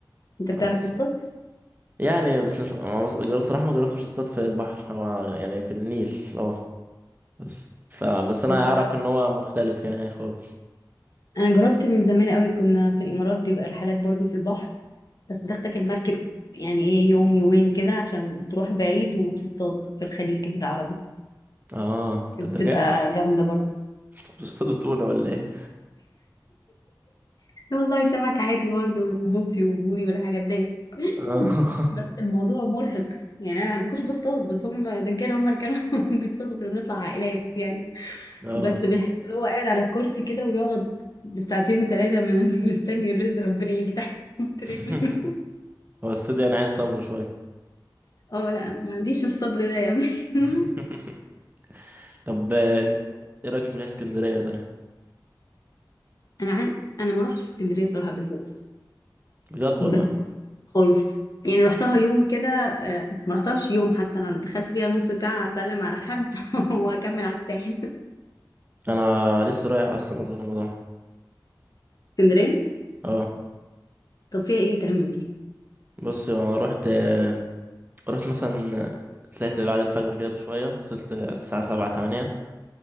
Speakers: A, on the left; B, on the right.
A: انت بتعرف
B: ف...
A: تصطاد؟
B: يعني بس مش أنا بس- جر- صراحه ما جربتش اصطاد في البحر هو يعني في النيل اه بس فبس انا
A: ما جربت
B: اعرف ان هو مختلف يعني خالص
A: انا جربت من زمان قوي كنا في الامارات بيبقى رحلات برضو في البحر بس بتاخدك المركب يعني ايه يوم يومين كده عشان تروح بعيد وتصطاد في الخليج العربي
B: اه
A: بتبقى
B: طب ده جاء
A: جامدة برضو
B: انتوا بتصطادوا تونة ولا ايه؟
A: لا والله سمك عادي برضو بولتي وبوري والحاجات ديت
B: اه
A: بس الموضوع مرهق يعني انا ما كنتش بصطاد بس هم دجاله هم اللي كانوا <laughs> بيصطادوا كنا بنطلع عائلات يعني
B: <laughs> اه
A: بس بيحس ان هو قاعد على الكرسي كده ويقعد بالساعتين ثلاثه <laughs> من مستني الرزق ربنا يجي تحت <laughs>
B: <laughs>
A: رجله
B: هو الصيد يعني عايز صبر شوية
A: اه لا ما عنديش الصبر ده يا ابني <laughs>
B: <laughs> طب آه، ايه رأيك نروح اسكندرية طيب؟
A: انا عن... انا ما روحتش اسكندريه الصراحه قبل كده
B: بجد
A: بس
B: والله
A: خالص يعني رحتها يوم كده آه، ما رحتهاش يوم حتى انا دخلت فيها نص ساعه اسلم على حد <laughs> واكمل على الساحل
B: انا لسه رايح اصلا قبل رمضان
A: <laughs> اسكندريه
B: اه
A: طب فيها ايه تعمل دي
B: بص انا رحت آه، رحت مثلا طلعت بعد الفجر كده بشوية وصلت الساعة سبعة تمانية